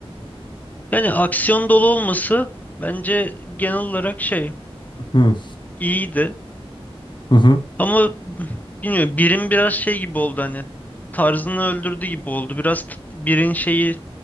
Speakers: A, on the left (about 15°); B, on the left (about 50°).
A: yani aksiyon dolu olması bence genel olarak şey
B: Hı
A: iyiydi.
B: hı hı
A: Ama bilmiyorum birin biraz şey gibi oldu hani tarzını öldürdü gibi oldu. Biraz t- birin şeyi